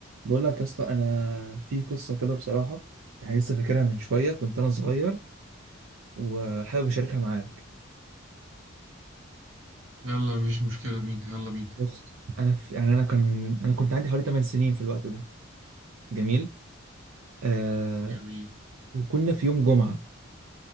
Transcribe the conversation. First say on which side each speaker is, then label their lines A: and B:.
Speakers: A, on the right (about 85°); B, on the right (about 70°).
A: بقول لك يا اسطى انا في قصه كده بصراحه يعني لسه فاكرها من شويه كنت انا صغير وحابب اشاركها معاك
B: يلا مفيش مشكلة بينا يلا بينا
A: بص انا في يعني انا كان انا كنت عندي حوالي 8 سنين في الوقت ده جميل آه
B: جميل
A: وكنا في يوم جمعه